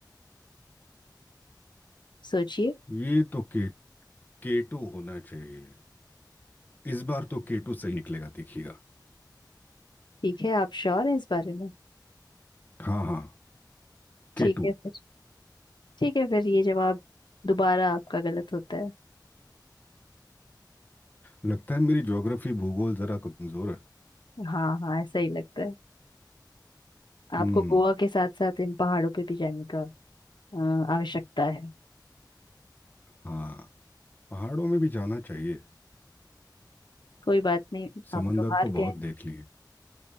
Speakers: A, on the left (about 75°); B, on the left (about 25°).
A: सोचिए
B: ये तो के केटू होना चाहिए इस बार तो केटू सही निकलेगा देखिएगा
A: ठीक है आप श्योर हैं इस बारे में
B: हाँ हाँ केटू
A: ठीक है फिर ठीक है फिर ये जवाब दोबारा आपका गलत होता है
B: लगता है मेरी ज्योग्राफी भूगोल जरा कमजोर है
A: हाँ हाँ ऐसा ही लगता है आपको
B: हम्म
A: गोवा के साथ साथ इन पहाड़ों पे भी जाने का अ, आवश्यकता है
B: हाँ पहाड़ों में भी जाना चाहिए
A: कोई बात नहीं
B: समंदर
A: आप तो हार
B: तो
A: गए
B: बहुत
A: हैं।
B: देख लिए